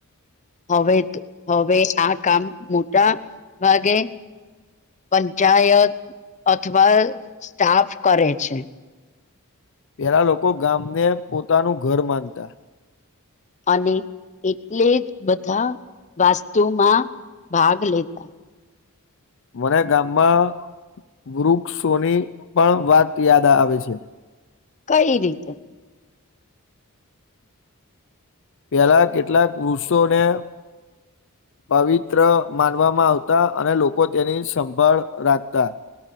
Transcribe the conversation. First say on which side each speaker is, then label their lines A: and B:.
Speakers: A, on the left; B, on the left.
A: હવે હવે આ કામ મોટા ભાગે પંચાયત અથવા સ્ટાફ કરે છે
B: પેલા લોકો ગામને પોતાનું ઘર માનતા
A: અને એટલે જ બધા વાસ્તુમાં ભાગ લેતા
B: મારા ગામમાં વૃક્ષોની પણ વાત યાદ આવે છે
A: કઈ રીતે
B: પેલા કેટલાક વૃક્ષોને પવિત્ર માનવામાં આવતા અને લોકો તેની સંભાળ રાખતા